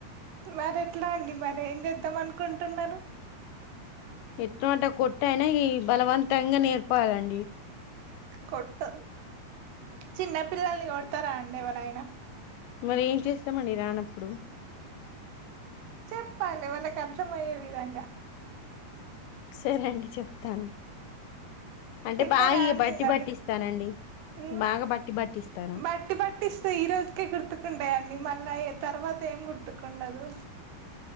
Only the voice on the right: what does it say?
మరి ఎట్లా అండి మరి ఏం చేద్దాం అనుకుంటున్నారు
కొట్ చిన్న పిల్లల్ని కోడతారా అండీ ఎవ ఐనా
చెప్పాలి వాళ్ళకి అర్థమ అర్థమయ్యే ఏ విధంగా
తిన్నరా
అండి
మరి
ఉ
బట్టి పట్టి ఇస్తే ఈ రోజుకే గుర్తుకుంటాయండి మళ్ళా తర్వాత ఏం గుర్తుకు ఉండదు